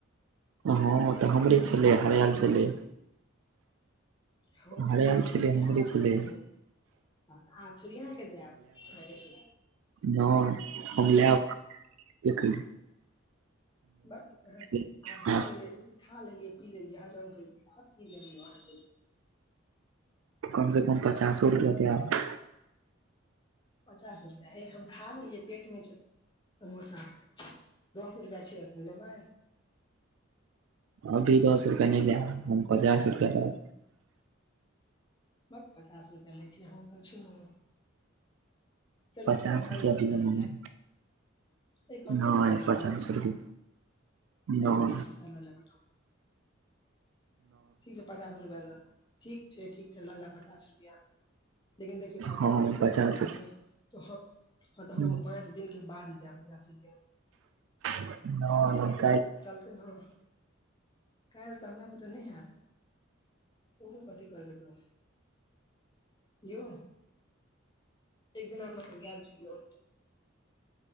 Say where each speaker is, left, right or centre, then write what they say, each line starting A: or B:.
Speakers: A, on the right (about 75°); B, on the left (about 25°).
A: हँ
B: ओकखनी
A: तऽ हमरे
B: गेल
A: छलै
B: छल
A: हरायल
B: तब मिलल
A: छलै
B: झली हं
A: हरायल
B: हैतऽ अहीं
A: छलै
B: के
A: हमरे
B: आब
A: छलै
B: कथी हले आ आब थोड़ी अहाँके देब अहाँके चे
A: हं हम लेब एखली
B: बक
A: देब
B: आ भऽ गेलय खा लेलियै पी लेलियै हज आब कि लेलिय अहाँ के
A: कम से कम पचासो रुपैआ दैत आएत
B: पचास रुपैया हें हम खा गेलियै पेट मे छै समोसा दस रुपैया आ छिय लेब
A: अभी दस रुपआ नय लऽ हम पचास रुपआ रह
B: ब पचास रुपआ लय छी हम तो छी ने चेल
A: पचास
B: हटाव पंन्दर
A: रुपआ दिअ
B: टा
A: मम्मी
B: ल लैब पन्द्रह
A: नहि
B: रुपआ लौ
A: पचास
B: एलौं
A: रुपआ नहि
B: ए बीस रुपआ ल लेब ठीक छय पचास रुपआ ल ठीक छै ठीक छै लऽ ले पचास रुपआ लेकिन देखियऔ पचास
A: हँ
B: रुपआ देब
A: पचास
B: अहाँके त हम ह
A: नहि
B: तऽ हम ओ पाँच दिन के बाद जाएब रुपया में
A: नय
B: चलतै ने काल्हि तऽ हमरा बुते नय हैत ओहोपथी करब तऽ यउ एक दिन अपना तऽ गेल छ